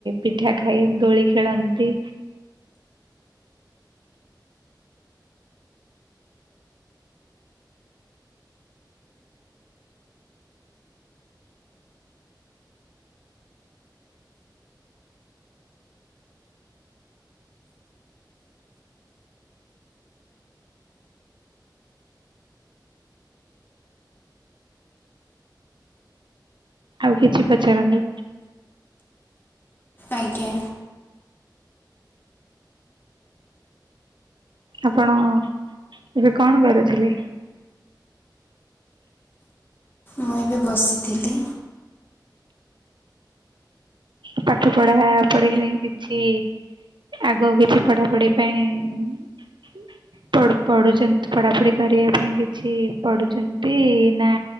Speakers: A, on the right; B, on the left.
A: ପିଠା ଖାଇ ଦୋଳି ଖେଳନ୍ତି। ଆଉ କିଛି ପଚାରନ୍ତୁ?
B: ଆଜ୍ଞା।
A: ଆପଣ ଏବେ କଣ କରୁଥିଲେ?
B: ମୁଁ ଏବେ ବସିଥିଲି।
A: ପାଠ ପଢା ପଢି ପାଇଁ କିଛି, ଆଗକୁ କିଛି ପଢାପଢି ପାଇଁ ହୁଁ। ପଢ ପଢ଼ୁଛନ୍ତି ପଢ଼ାପଢ଼ି କରିବା ପାଇଁ କିଛି ପଢୁଛନ୍ତି ନା